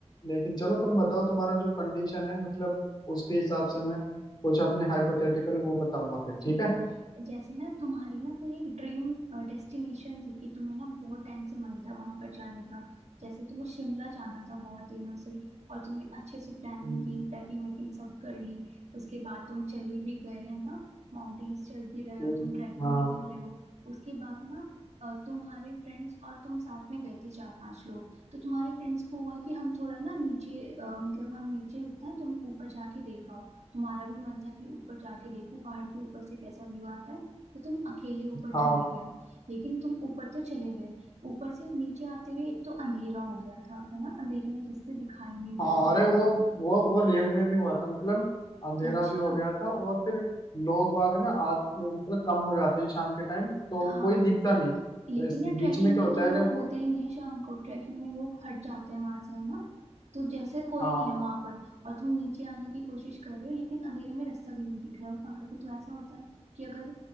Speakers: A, on the left (about 40°); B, on the right (about 75°).
A: लेकिन चलो तुम बताओ तुम्हारा जो कंडीशन है मतलब उसके हिसाब से मैं कुछ अपने हाइपोथेटिकल वो बताऊंगा फिर
B: ठीक
A: ठीक है
B: है जैसे ना तुम्हारी ना कोई एक ड्रीम डेस्टिनेशन थी कि तुम्हें ना बहुत टाइम से मन था वहां पर जाने का जैसे तुम्हें शिमला जाना था बहुत दिनों से और तुमने अच्छे से प्लानिंग
A: हम्म
B: की पैकिंग वैकिंग सब कर ली उसके बाद तुम चले भी गए है ना माउंटेन्स चढ़ भी रहे हो
A: हम्म,
B: तुम ट्रैकिंग
A: हाँ
B: भी कर रहे हो उसके बाद ना अ, तुम्हारे फ्रेंड्स और तुम साथ में गए थे चार पांच लोग तो तुम्हारे फ्रेंड्स को हुआ कि हम थोड़ा ना नीचे अ, मतलब हम नीचे रुकते हैं तुम ऊपर जाके देखो तुम्हारा भी मन था कि ऊपर जाके देखो पहाड़ के ऊपर से कैसा व्यू आता है तो तुम अकेले ऊपर
A: हाँ
B: चले गए लेकिन तुम ऊपर तो चले गए ऊपर से नीचे आते हुए एक तो अंधेरा हो गया था है ना अंधेरे में रास्ते दिखाई नहीं
A: हाँ
B: देते हैं
A: अरे वो वो वो रियल में भी हुआ था मतलब अंधेरा
B: अच्छा
A: भी हो गया था और फिर लोग बाग ना आत मतलब कम हो जाते हैं शाम के टाइम तो
B: हाँ
A: कोई दिखता नहीं तो
B: लेकिन
A: इस
B: यार ट्रैकिंग
A: बीच में क्या
B: में
A: होता
B: तो लोग
A: है जब
B: होते ही नहीं है शाम को ट्रैकिंग में लोग हट जाते हैं वहां से है ना तो जैसे कोई
A: हाँ
B: नहीं है वहां पर और तुम नीचे आने की कोशिश कर रहे हो लेकिन अंधेरे में रास्ता भी नहीं दिख रहा और पहाड़ों को तो ऐसा होता है कि अगर